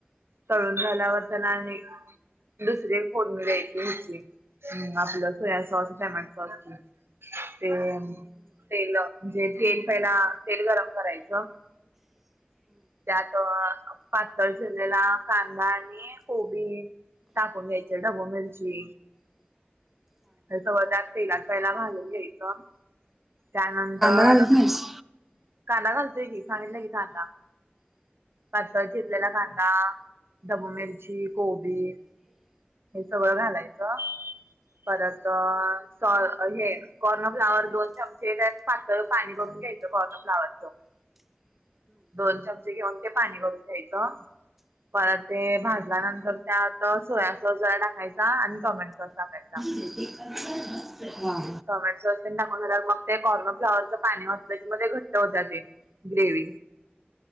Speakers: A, on the right; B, in the centre.
A: तळून झाल्यावर तेला आणि दुसरी एक फोडणी द्यायची हेची, अम् आपलं सोयासॉस, टमाॅटोसॉसची. ते तेलं, म्हणजे तेल पहिला तेल गरम करायचं त्यात पातळ चिरलेला कांदा आणि कोबी टाकून घ्यायच ढबू मिरची हे सगळं त्या तेलात पहिला भाजून घ्यायचं त्यानंतर
B: घालत नाहीस
A: कांदा घालतोय की सांगितलं की कांदा. पातळ चिरलेला कांदा, ढबू मिरची, कोबी हे सगळं घालायचं. परत... सॉ- हे कॉर्नफ्लाॅवर दोन चमचे त्यात पातळ पाणी करून घ्यायचं कॉर्नफ्लाॅवरचं दोन चमचे घेऊन ते पाणी करून घ्यायचं. परत ते भाजल्यानंतर त्यात सोया सॉस जरा टाकायचा आणि टोमॅटोसाॅस टाकायचा.
B: <unintelligible> हा.
A: टोमॅटोसाॅस तेन टाकून झाल्यावर मग ते काॅर्नफ्लावरच पाणी ओतलं कि मग ते घट्ट होत जातंय ग्रेवी